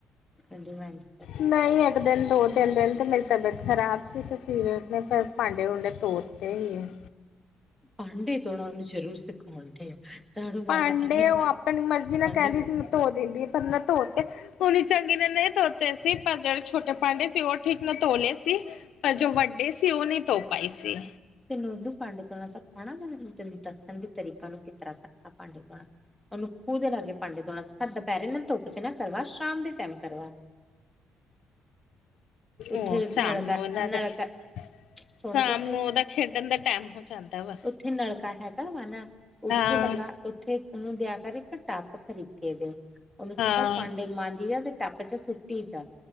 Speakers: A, in the centre; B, on the left.
A: ਕੈਂਦੀ ਮੈ ਨੀ
B: ਨਈ ਇੱਕ ਦਿਨ ਦੋ ਤਿੰਨ ਦਿਨ ਤੇ ਮੇਰੀ ਤਬੀਅਤ ਖਰਾਬ ਸੀ ਤੇ ਸੀਰਤ ਨੇ ਫਿਰ ਪਾਂਡੇ ਪੁੰਡੇ ਤੋਤੇ ਈ ਏ।
A: ਭਾਂਡੇ ਤੋਨਾ ਉਹਨੂੰ ਜਰੂਰ ਸਿਖਾਉਣ ਡਿਆ। ਝਾੜੂ ਮਾਰਨਾ
B: ਭਾਂਡੇ
A: ਐਵੇਂ ਨਾ
B: ਓ ਆਪਣੀ ਮਰਜੀ ਨਾ
A: ਭਾਂਡੇ
B: ਕੈਂਦੀ
A: ਸਿਖਾ
B: ਸੀ ਮੈਂ
A: ਦੋ।
B: ਧੋ ਦਿੰਦੀ, ਪਰ ਓਨੇ ਧੋ ਤੇ। ਪੂਰੀ ਚੰਗੀ ਨਾਲ ਨਈ ਧੋਤੇ ਸੀ ਪਰ ਜੇੜੇ ਛੋਟੇ ਭਾਂਡੇ ਸੀ ਓ ਠੀਕ ਨਾਲ ਧੋਲੇ ਸੀ। ਜੋ ਵੱਡੇ ਸੀ ਓ ਨੀ ਧੋ ਪਾਈ ਸੀ।
A: ਤੈਨੂੰ ਉਦ ਭਾਂਡੇ ਤੋਣਾ ਸਿਖਾਣਾ ਤੈਨੂੰ ਦੱਸਣ ਦੇ ਤਰੀਕਾ ਨੂੰ ਕਿਤਰ੍ਹਾਂ ਸਖਾਣਾ ਭਾਂਡੇ ਤੋਣਾ। ਓਨੂੰ ਕੂਦਨਾਗੇ ਭਾਂਦੇ ਧੋਣਾ ਸਿਖਾ ਦੁਪੈਰੇ ਨਾ ਧੁੱਪ ਚ ਨਾ ਕਰਵਾ ਸ਼ਾਮ ਦੇ ਟੈਮ ਕਰਵਾ। ਉੱਥੇ
B: ਓ ਸ਼ਾਮ
A: ਨਲਕਾ
B: ਨੂੰ ਓਨਾਂ ਦਾ
A: ਨਲਕਾ
B: ਸ਼ਾਮ
A: ਸੁਣ ਤੇ
B: ਨੂੰ ਓਦਾ ਖੇਡਣ ਦਾ ਟੈਮ ਹੁੰ ਚਾਂਹਦਾ ਵਾ।
A: ਓਥੇ ਨਲਕਾ ਹੈਗਾ ਵਾ ਨਾ, ਓਥੇ
B: ਹਾਂ,
A: ਲਗਾ ਓ ਓਥੇ ਓਨੂੰ ਦਿਆ ਕਰ ਇੱਕ ਟੱਪ ਖਰੀਦ ਕੇ, ਓਨੂੰ ਕਿਆ
B: ਹਾਂ,
A: ਕਰ ਪਾਂਡੇ ਮਾਂਜੀ ਜਾ ਤੇ ਟੱਪ ਚ ਸੁੱਟੀ ਜਾ,